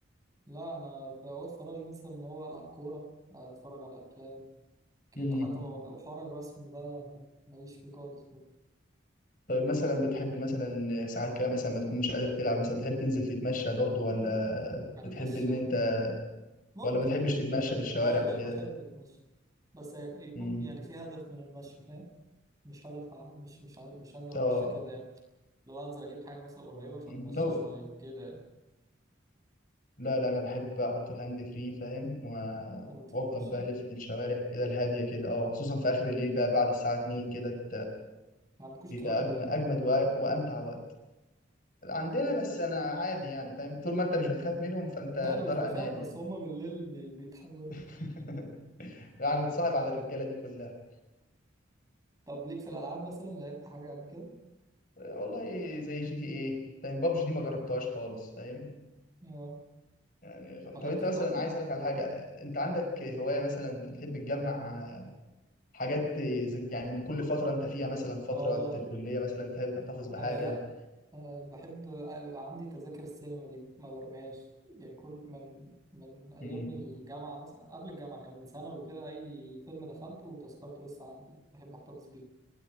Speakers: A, on the right; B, on the left.
A: لا انا في اوقات فراغي مثلا ان هو العب كوره اتفرج على افلام كده
B: امم
A: حتى ما- وحوار الرسم ده ماليش فيه خالص برضه
B: طيب مثلا بتحب مثلا ساعات كده مثلا ما تكون مش قادر تلعب مثلا تحب تنزل تتمشى برضو ولا
A: اتمشى
B: بتحب إن أنت
A: ممكن
B: ولا ما تحبش تتمشى في الشوارع
A: لا لا
B: وكده
A: بحب اتمشى بس هيك- يكون
B: امم
A: يعني في هدف من المشي فاهم مش هدف ع- مش مش ع- مش هنزل اتمشى
B: آه
A: كده يعني لو هنزل اجيب حاجه مثلا قريبه فاتمشى
B: لو
A: شويه كده يعني
B: لا لا أنا بحب أحط الهاند فري فاهم و...
A: وتتمشى
B: وأفضل بقى ألف في الشوارع كده الهادية كده آه خصوصا في آخر الليل بقى بعد الساعة 2 كده
A: ما عندكوش
B: بيبقى
A: كلاب ولا
B: أجم-
A: ايه
B: اجمد وأ- وامتع وقت عندنا بس انا عادي يعني فاهم طول ما انت مش بتخاف منهم فانت
A: لا
B: الدار
A: انا مش بخاف
B: امان يعني
A: بس هما بالليل بي- بيتحولوا
B: <laughs> يعني اتصاحب على الرجاله دي كلها
A: طب ليك في الالعاب مثلا لعبت حاجه قبل كده
B: آه، والله زي جي تي ايه فاهم بابجي دي ما جربتهاش خالص فاهم
A: اه
B: يعني خ-
A: ما
B: طب
A: لعبتش
B: انت مثلا
A: بابجي
B: عايز اسالك على حاجه آه، انت عندك هوايه مثلا انت تحب تجمع آه، حاجات آه، ز- يعني من كل فتره انت فيها مثلا فتره
A: اه
B: الكليه مثلا تحب تحتفظ بحاجه
A: آه لا آه بحب آه يبقى عندي تذاكر السينما دي ما برميهاش يعني كل من من أيام
B: مم.
A: الجامعة مثلا قبل الجامعة كان من ثانوي كده أي فيلم دخلته وتذكرته لسه عندي بحب أحتفظ بيه